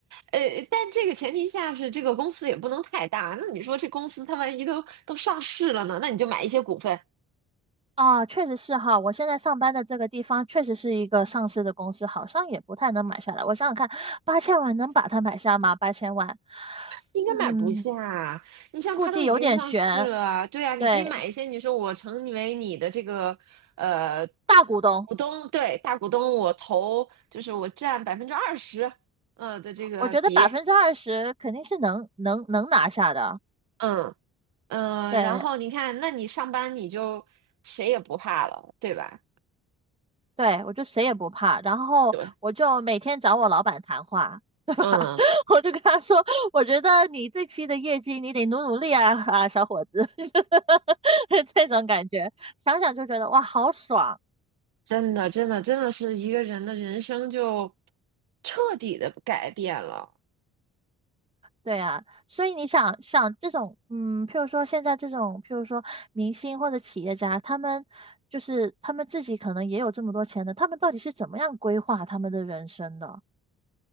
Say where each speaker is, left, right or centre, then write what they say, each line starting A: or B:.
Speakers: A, on the right; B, on the right.
A: 呃，但这个前提下是这个公司也不能太大。那你说这公司它万一都都上市了呢？那你就买一些股份，
B: 啊，确实是哈，我现在上班的这个地方确实是一个上市的公司，好像也不太能买下来。我想想看，八千万能把它买下吗？八千万，
A: 应该买不下。
B: 嗯，
A: 你像它都已经上市了，
B: 估计有点悬。
A: 对啊，你可以买一些。
B: 对，
A: 你说我成为你的这个呃嗯股东，
B: 大股东，
A: 对，大股东，我投就是我占百分之二十，呃的这个比，
B: 我觉得百分之二十肯定是能能能拿下的。
A: 嗯嗯、
B: 对，
A: 呃然后你看，那你上班你就谁也不怕了，对吧？
B: 对，我就谁也不怕，然后我就每天找我老板谈话，
A: 对，
B: <laughs> 对吧？
A: 嗯，
B: <laughs> 我就跟他说，我觉得你这期的业绩你得努努力啊 <laughs> 啊，小伙子，<laughs> 这种感觉，想想就觉得哇，好爽。
A: 真的真的真的是一个人的人生就彻底的改变了。
B: 对啊，所以你想想这种，嗯，譬如说现在这种，譬如说明星或者企业家，他们就是他们自己可能也有这么多钱的，他们到底是怎么样规划他们的人生的？